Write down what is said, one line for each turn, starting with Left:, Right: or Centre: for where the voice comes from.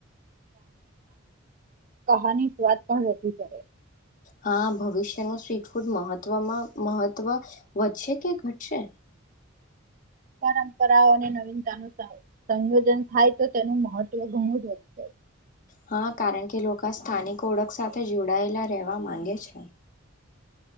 Right: કહાની સ્વાદ પણ નથી કરે છે.
Left: હા ભવિષ્યમાં સ્ટ્રીટ ફૂડ મહત્વમાં મહત્વ વધશે કે ઘટશે?
Right: પરંપરાઓ અને નવીનતા નું સંયોજન થાય તો તેનું મહત્વ ઘણું જ વધુ જાય.
Left: હા, કારણ કે લોકો સ્થાનિક ઓળખ સાથે જોડાયેલા રહેવા માંગે છે.